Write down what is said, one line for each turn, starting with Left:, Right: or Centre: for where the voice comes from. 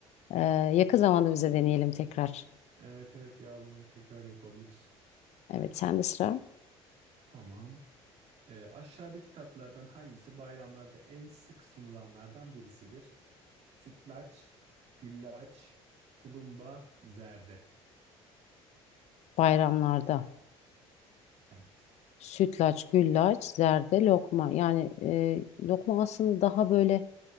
Left: Ee, yakın zamanda bize deneyelim tekrar.
Right: Evet evet yağlamayı tekrar yapabiliriz.
Left: Evet, sen de sıra
Right: Tamam. Ee, aşağıdaki tatlardan hangisi bayramlarda en sık sunulanlardan birisidir? Sütlaç, güllaç, tulumba, zerde.
Left: bayramlarda.
Right: Evet.
Left: Sütlaç, güllaç, zerde, lokma. Yani e, lokma aslında daha böyle